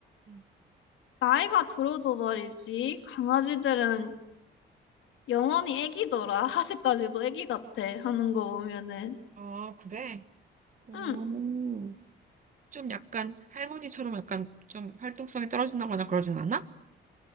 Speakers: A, on the right (about 40°); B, on the left (about 80°).
A: 음.
B: 나이가 들어도 말이지 강아지들은 영원히 애기더라. <laughs> 아직까지도 애기 같아 하는 거 보면은.
A: 아, 그래? 음,
B: 응.
A: 좀 약간 할머니처럼 약간 좀 활동성이 떨어진다거나 그러진 않아?